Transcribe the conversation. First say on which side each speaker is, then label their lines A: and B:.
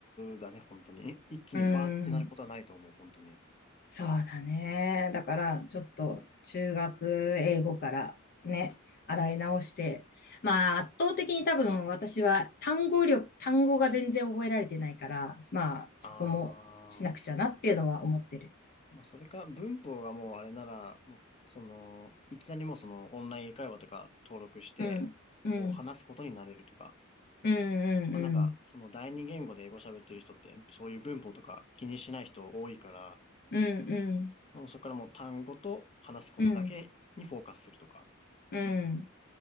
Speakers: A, on the left; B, on the left.
A: だね、本当に。え一気にバーってなることはないと思う、
B: うん。
A: 本当に。
B: そうだね。だから、ちょっと中学英語からね、洗い直して、まあ、圧倒的に多分私は単語力、単語が全然覚えられてないから、まあ、そこもしなくちゃなっていうのは思ってる。
A: ああ、まあ、それか文法がもうあれなら、もう、その、いきなりもうそのオンライン英会話とか登録して、
B: うん、うん、
A: こう話すことになれるとか。
B: うん、うん、
A: まあなんか、
B: うん。
A: その第二言語で英語喋ってる人って、そういう文法とか気にしない人多いから、
B: うん、
A: もうそこからもう単語と話すことだけにフォーカスするとか。
B: うん、うん、うん。